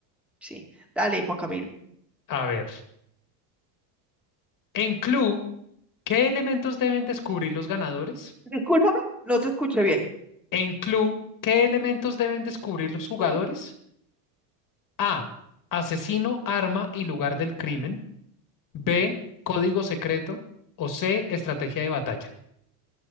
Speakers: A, in the centre; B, on the left.
A: Sí. Dale, Juan Camilo.
B: A ver, en Clue, ¿qué elementos deben descubrir los ganadores?
A: Discúlpame, no te escuché bien.
B: En Clue, ¿qué elementos deben descubrir los jugadores?
A: Mm.
B: A. Asesino, arma y lugar del crimen. B. Código secreto. O C. Estrategia
A: Mm.
B: de batalla.